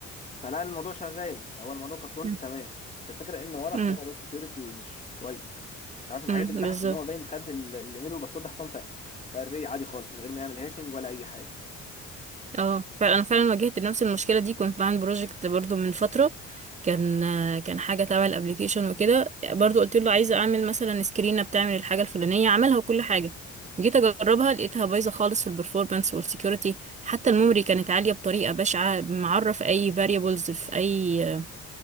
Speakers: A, on the left; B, on the right.
A: فلا الموضوع شغال فهو الموضوع كفرونت
B: امم
A: تمام بس الفكره ان ورا
B: امم
A: هتلاقي موضوع السكيورتي مش مش كويس مش عارف الحاجات
B: أمم،
A: اللي بتاعك
B: بالظبط
A: ان هو باين خد ال- الايميل والباسورد حطهم في في الري عادي خالص من غير ما يعمل هاشنج ولا اي حاجه
B: اه فعلا انا فعلا واجهت نفس المشكله دي كنت بعمل بروجكت برضو من فتره كان كان حاجه تبع الابليكيشن وكده برضو قلت له عايزه اعمل مثلا سكرينه بتعمل الحاجه الفلانيه عملها وكل حاجه جيت اجربها لقيتها بايظه خالص في البرفورمانس والسكيورتي حتى الميموري كانت عاليه بطريقه بشعه معرف اي فاريبلز في اي